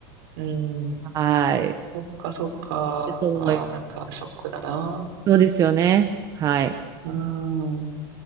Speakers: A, on the right; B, on the right.
A: うん。
B: はい。
A: そっかそっか。
B: いると思い
A: ああ、なんかショックだな。
B: そうですよね。はい。
A: うーん。